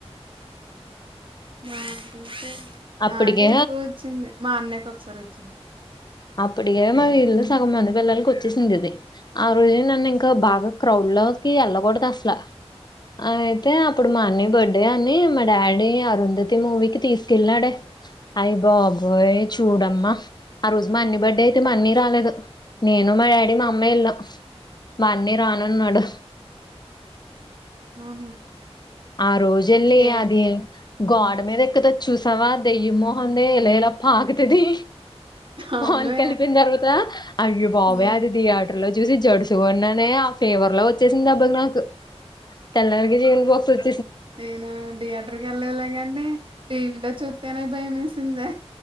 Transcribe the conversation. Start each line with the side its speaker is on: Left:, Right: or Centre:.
Right: <inaudible>
Left: అప్పటికే
Right: నాకే ఎక్కువ వచ్చింది మా అన్నయ్యకి ఒకసారి వచ్చింది
Left: అప్పడికే మా వీధిలో సగం మంది పిల్లలకి వచ్చేసింది ఇది ఆ రోజే నన్ను ఇంకా బాగా క్రౌడ్ లోకి వెళ్ళకూడదుఅసలా అ అయితే అప్పుడు మా అన్ని బర్త్డే అని మా డాడీ అరుంధతి మూవీకి తీసుకెళ్ళాడే అయి బాబోయ చూడమ్మా ఆ రోజు మా అన్ని బర్డే అయితే మా అన్ని రాలేదు నేను మా డాడీ మా అమ్మే వెళ్ళం మా అన్నీ రానన్నాడు
Right: ఆహా
Left: ఆ రోజళ్ళి
Right: ఏ
Left: అది గోడ్ మీద ఎక్కుతది చూసావా దెయ్యిం మొహందీ ఇలా ఇలా పాకుతది
Right: అవును
Left: పాలు కలిపిన తర్వాత అయ్యో బాబో
Right: నింటి
Left: అది తీగాడు లో చూసి జడుసు కొన్నానే ఆ ఫేవర్ లో వచ్చేసింది దెబ్బకి నాకు తెల్లారితే జీవం పోస్తారు
Right: నేనా థియేటర్కెళ్ళాల్లే అండి దేకుతా చూత్తేనే భయం వేసిందే